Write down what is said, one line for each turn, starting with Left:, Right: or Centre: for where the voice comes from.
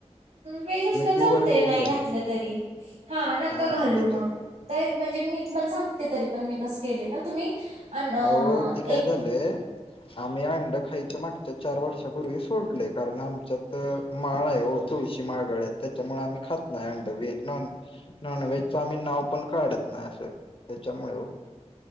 Right: वेज असलं
Left: प्युअर
Right: चालतय
Left: व्हेज
Right: नाही घातलं
Left: आहे
Right: तरी हा नका
Left: हा
Right: घालू
Left: त्याच्या
Right: मग तर म्हणजे मी तुम्हाला सांगते तरी पण मी कस केलेलं तुम्ही अन अ,
Left: अह ते काय
Right: एक
Left: झालंय आम्ही अंड खायच मागच्या चार वर्षापूर्वी सोडलेय कारण आमच्या तर माळा आहे थोडीशी माळ गळत त्याच्यामुळे आम्ही खात नाही वहे नॉन व्हे ना ना वेहेज चामीन नाव पण काढत नाही असं त्याच्यामुळे